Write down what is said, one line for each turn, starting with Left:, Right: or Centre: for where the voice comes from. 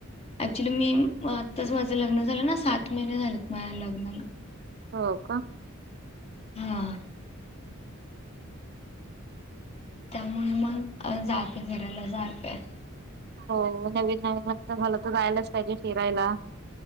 Left: एकचूलि मी आताच माझ लग्न झालं ना सात महिने झालं माझ्या लग्नाला. नाला.
Right: हो का.
Left: हां. त्यामुळे मग जाते फिरायला सारख आहे.
Right: हो नवीन नवीन लग्न झालं तर जायलाच पाहिजे फिरायला.